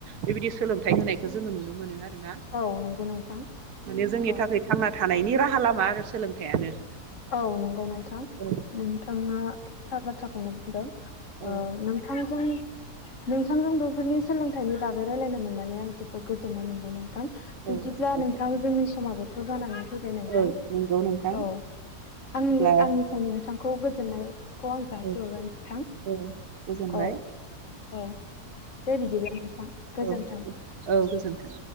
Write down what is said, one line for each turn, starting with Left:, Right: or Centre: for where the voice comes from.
Right: बेबायदि सोलोंथाय होनायखौ जोङो नुनो मोनो आरोना
Left: औ नंगौ नोंथां
Right: माने जोंनि
Left: औ
Right: थाखाय थांना थानाय थानायनि राहा लामा आरो सोलोंथाइयानो
Left: औ नंगौ नोंथां
Right: औ
Left: नोंथाङा थार बाथ्राखौनो बुंदों
Right: औ
Left: ओ नोंथांजों नोंथांजों बेफोरनि सोलोंथाइनि बागै रायलायनो मोननानै आं जोबोद गोजोननाय मोनबाय नोंथां
Right: औ
Left: बिदिब्ला
Right: साबायखर
Left: नोंथां जोंनि समाबोथ' जानानै फैबाय नोंथां
Right: औ नंगौ नोंथां
Left: औ आंनि
Right: अब्ला
Left: आंनिफ्रायनो नोंथांखौ गोजोननाय खौ आं
Right: औ
Left: जासि हरबाय नोंथां
Right: औ गोजोनबाय
Left: औ औ दे बिदिब्ला नोंथां गोजोन्थों।
Right: औ गोजोन्थों।